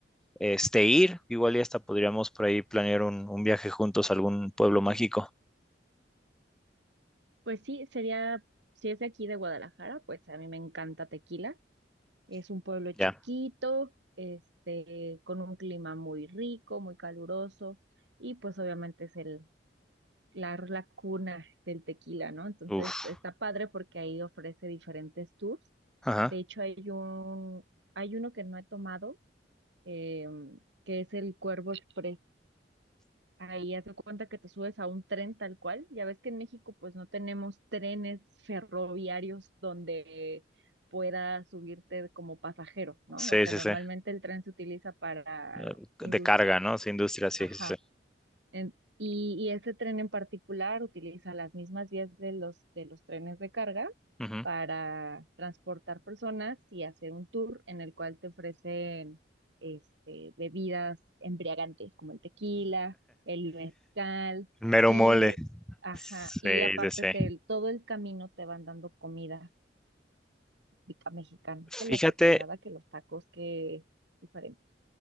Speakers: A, in the centre; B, on the right.
A: este, ir. Igual y hasta podríamos por ahí planear un, un viaje juntos a algún pueblo mágico.
B: Pues sí, sería, si es de aquí de Guadalajara, pues a mí me encanta Tequila. Es un pueblo chiquito,
A: Ya.
B: este, con un clima muy rico, muy caluroso, y pues obviamente es el, la, la cuna del tequila, ¿no? Entonces
A: Uf.
B: está padre porque ahí ofrece diferentes tours.
A: Ajá.
B: De hecho, hay un, hay uno que no he tomado, em, que es el Cuervo Express. Ahí haz de cuenta que te subes a un tren tal cual. Ya ves que en México pues no tenemos trenes ferroviarios donde puedas subirte como pasajero, ¿no?
A: Sí,
B: O sea,
A: sí,
B: normalmente
A: sí.
B: el tren se utiliza para
A: eh,
B: industria.
A: de carga, ¿no? Sí, industria, sí,
B: Ajá.
A: sí, sí.
B: En- y, y este tren en particular utiliza las mismas vías de los, de los trenes de carga
A: Ujú.
B: para transportar personas y hacer un tour en el cual te ofrecen este, bebidas embriagantes como el tequila, el mezcal
A: Mero
B: y,
A: mole.
B: ajá,
A: Sí,
B: y aparte
A: sí, sí.
B: te- todo el camino te van dando comida típica mexicana, que la
A: Fíjate,
B: torta ahogada, que los tacos, que diferentes.